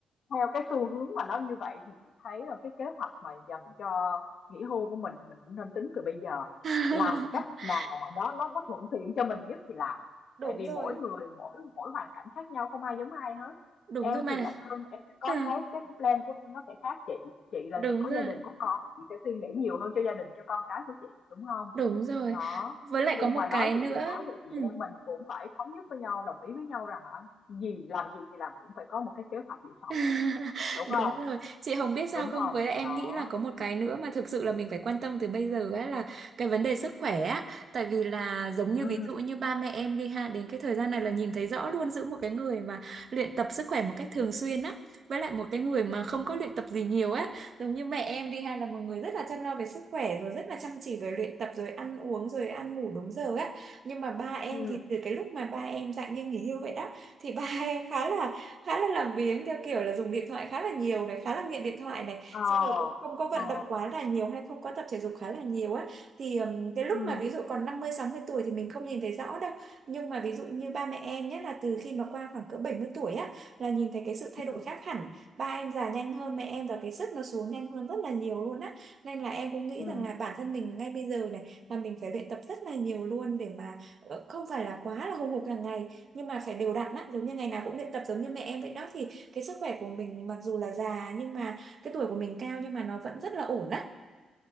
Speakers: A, on the left; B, on the right.
A: theo cái xu hướng mà nó như vậy thì chị thấy là cái kế hoạch mà dành cho nghỉ hưu của mình thì mình cũng nên tính từ bây giờ
B: <laughs>
A: làm cách nào mà nó nó nó thuận tiện cho mình nhất thì làm
B: Đúng
A: tại vì
B: rồi.
A: mỗi người mỗi mỗi hoàn cảnh khác nhau không ai giống ai hết
B: đúng
A: em
B: rồi mà
A: thì độc thân em sẽ có
B: ừ,
A: cái cái cái plan của em nó sẽ khác chị chị là
B: đúng
A: người có
B: rồi
A: gia đình có con chị sẽ suy nghĩ nhiều hơn cho gia đình cho con cái của chị đúng không
B: đúng rồi
A: đó
B: với lại
A: nhưng
B: có một
A: mà nói
B: cái
A: vậy
B: nữa
A: thì nói vậy chị
B: ừ.
A: em mình cũng phải thống nhất với nhau đồng ý với nhau rằng là gì làm gì thì làm cũng phải có một cái kế hoạch dự phòng
B: <laughs>
A: đúng
B: Đúng
A: không
B: rồi, chị Hồng biết
A: đúng
B: sao không?
A: không
B: Với lại em
A: đó
B: nghĩ là có một cái nữa mà thực sự là mình phải quan tâm từ bây giờ ấy là cái vấn đề sức khỏe á. Tại vì là giống như
A: ừ
B: ví dụ như ba mẹ em đi ha, đến cái thời gian này là nhìn thấy rõ luôn giữa một cái người mà luyện tập sức khỏe một cách thường xuyên á, với lại một cái người mà không có luyện tập gì nhiều á. Giống như mẹ em đi ha là một người rất là chăm lo về sức khỏe rồi rất là chăm chỉ về luyện tập rồi ăn uống rồi ăn ngủ đúng giờ á. Nhưng mà ba em
A: ừ
B: thì từ cái lúc mà ba em dạng như nghỉ hưu vậy đó thì ba <laughs> em khá là khá là làm biếng theo kiểu là dùng điện thoại khá là nhiều này khá là nghiện điện thoại này
A: ờ
B: xong rồi cũng không có vận
A: ờ
B: động quá là nhiều hay không có tập thể dục khá là nhiều á thì ừm, cái lúc
A: ừ
B: mà ví dụ còn năm mươi sáu mươi tuổi thì mình không nhìn thấy rõ đâu nhưng mà ví dụ như ba mẹ em nhất là từ khi mà qua khoảng cỡ 70 tuổi á là nhìn thấy cái sự thay
A: ừ
B: đổi khác hẳn ba em già nhanh hơn mẹ em và cái sức nó xuống nhanh hơn rất là nhiều luôn á nên là em cũng nghĩ
A: ừ
B: rằng là bản thân mình ngay bây giờ này là mình phải luyện tập rất là nhiều luôn để mà ờ, không phải là quá là hùng hục hàng ngày nhưng mà phải đều đặn á giống như ngày nào cũng luyện tập giống như mẹ em vậy đó thì cái sức khỏe của mình mặc dù là già nhưng mà cái tuổi của mình cao nhưng mà nó vẫn rất là ổn á